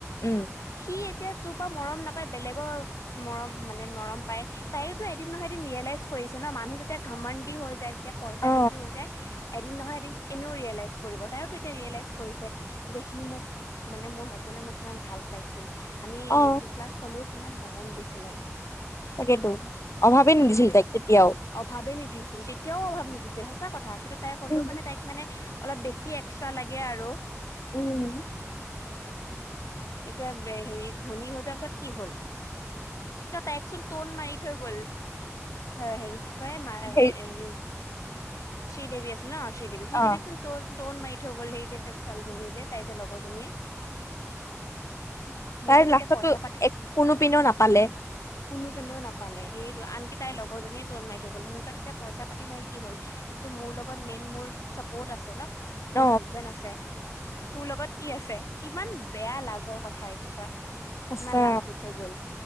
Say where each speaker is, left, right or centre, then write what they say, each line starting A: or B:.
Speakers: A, on the left; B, on the left.
A: উম। <unintelligible>
B: সি এতিয়া তোৰ পা মৰম নাপায়, বেলেগৰ মৰম মানে মৰম পায়। <inaudible> তাইওতো এদিন নহয় এদিন ৰিয়েলাইজ কৰিছে ন, মানুহ যেতিয়া ঘমণ্ডি হৈ যায়, যেতিয়া পইচা
A: অ
B: বেছি হৈ যায়। <unintelligible> এদিন নহয় এদিন এনেও ৰিয়েলাইজ কৰিব। তাইওতো এতিয়া ৰিয়েলাইজ কৰিছে যে, সি মোক <inaudible> মানে মোৰ হাজবেণ্ডে মোক কিমান ভাল পাইছিল। আমি
A: অ
B: মিডিলক্লাছ হ'লেও কিমান মৰম দিছিলে। <inaudible>
A: তাকেতো। অভাৱে নিদিছিল
B: কিন্তু
A: তাইক তেতিয়াও। <unintelligible>
B: অভাৱে নিদিছিল, তেতিয়াও অভাৱ নিদিছিল। সঁচা কথা। কিন্তু তাই হ'লেও
A: উম
B: মানে তাইক মানে <inaudible> অলপ বেছি এক্সট্ৰা লাগে আৰু। <inaudible>
A: উম। <unintelligible>
B: এতিয়া, হেৰি ধনী হৈ যোৱাৰ পিছত কি হ'ল? <unintelligible> কিয় তাইক চোন ট'ন মাৰি থৈ গ'ল। <inaudible> অ হেৰি কি কয়, মা <unintelligible>
A: সেই
B: শ্ৰী দেৱী আছিল ন শ্ৰী দেৱী। শ্ৰী
A: অ
B: দেৱীক চোন ট ট'ন মাৰি থৈ গ'ল, সেই যে ছোৱালীজনীয়ে যে তাই যে লগৰজনীয়ে। <unintelligible> <unintelligible>
A: তাই লাষ্টতো
B: এতিয়া পইচা
A: এক কোনোপিনেও নাপালে। <inaudible>
B: কোনোপিনেও নাপালে, সেইটো। আনকি তাইৰ লগৰজনীয়ে ট'ন মাৰি থৈ গ'ল। মোৰ তাত এতিয়া পইচা-পাতি নাই কি হ'ল <inaudible> কিন্তু মোৰ লগত মেইন মোৰ চাপৰ্ট আছে ন। <inaudible>
A: ন
B: মোৰ হাজবেণ্ড আছে তোৰ লগত কি আছে? কিমান <unintelligible> বেয়া লাজৰ কথা এইটো চোৱা
A: সঁচা
B: কিমান লাজ দি থৈ গ'ল।